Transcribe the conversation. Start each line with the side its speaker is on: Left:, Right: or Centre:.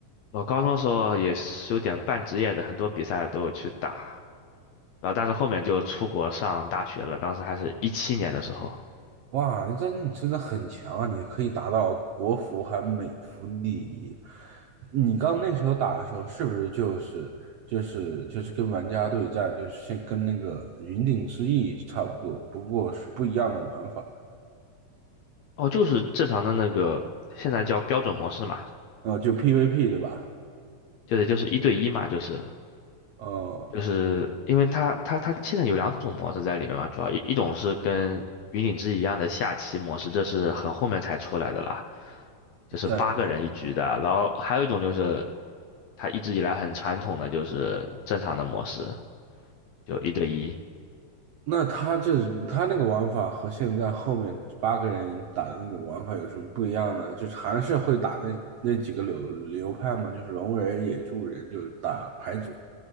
Left: 我高中的时候也是有点半职业的，很多比赛都有去打，然后但是后面就出国上大学了，当时还是一七年的时候，
Right: 哇，你真你真的很强啊！你可以达到国服还美服第一。你刚那时候打的时候，是不是就是就是就是跟玩家对战，就是先跟那个云顶之弈差不多，不过是不一样的玩法，
Left: 哦，就是正常的那个，现在叫标准模式嘛，
Right: 呃，就 PVP 对吧？
Left: 就是就是一对一嘛，就是
Right: 呃，
Left: 就是因为它它它现在有两种模式在里面嘛，主要一一种是跟云顶之一样的下棋模式，这是很后面才出来的啦，就是八个人一局的，
Right: 对对
Left: 然后还有一种就是它一直以来很传统的就是正常的模式，就一对一。
Right: 那他这他那个玩法和现在后面八个人打的那种玩法有什么不一样呢？就是还是会打那那几个流流派嘛，就是龙人、野猪人，就是打牌组，